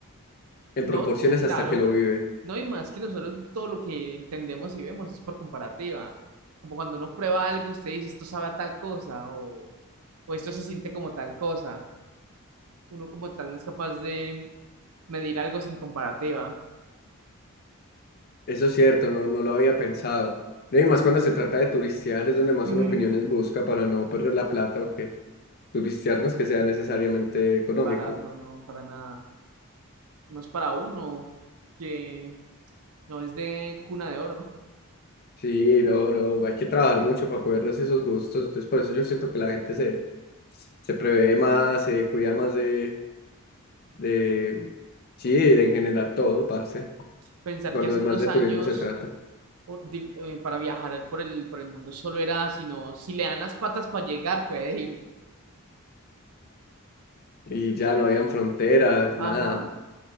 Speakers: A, on the left (about 45°); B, on the right (about 75°).
A: en
B: No,
A: proporciones
B: claro.
A: hasta que lo vive.
B: No y más que nosotros todo lo que entendemos y vemos es por comparativa. Como cuando uno prueba algo, usted dice, esto sabe a tal cosa o, o esto se siente como tal cosa. Uno como tal no es capaz de medir algo sin comparativa.
A: Eso es cierto, no, no lo había pensado. No, Y más cuando se trata de turistear es donde más
B: Ujú.
A: uno opiniones busca para no perder la plata, porque turistear no es que sea necesariamente económico.
B: Barato, no, para nada. Más para uno que no es de cuna de oro.
A: Sí, no, no, hay que trabajar mucho para poder darse esos gustos. Entonces, por eso yo siento que la gente se, se prevé más, se cuida más de, de, sí, de en general todo, parce.
B: <laughs> Pensar
A: Y Cuando
B: que hace unos
A: más de
B: años
A: turismo se trata.
B: o- di- eh, para viajar por el, por el mundo solo era, sino si le dan las patas para llegar, puede ir.
A: Y ya no habían fronteras,
B: Ajá,
A: nada.